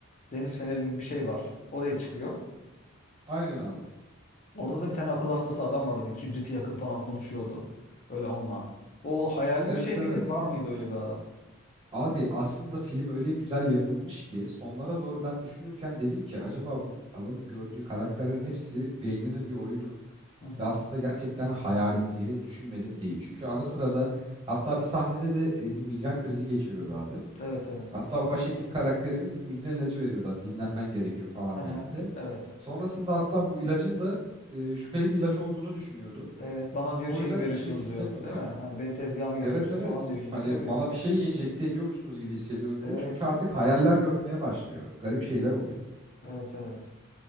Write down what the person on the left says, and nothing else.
Deniz feneri gibi bir şey var. Oraya çıkıyor.
Orada da bir tane akıl hastası adam vardı böyle kibriti yakıp falan konuşuyordu. böyle onunla. O hayali
bir şey miydi?
Var mıydı öyle bir adam?
Hı hı.
Evet evet.
Aha,
evet.
Evet bana diyor
şey
mi veriyorsunuz
diyor. Değil mi? Hani beni tezgaha mı getiriyorsunuz
falan diyor yine
tabii.
Evet.
Evet evet.